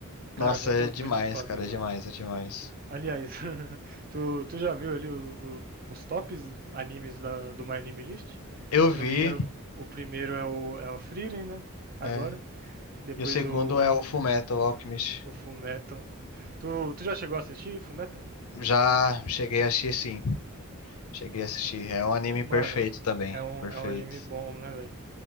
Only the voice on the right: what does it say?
Cara, muito,
muito foda,
mano.
Aliás, <laughs> tu, tu já viu ali o- o- os tops animes da, do My Anime List?
Se
eu não me engano, o primeiro é o, é o Frieren, né? Agora.
Depois
o,
o Fullmetal. Tu, tu já chegou a assistir Fullmetal?
Mano,
é um,
é um anime bom, né, velho?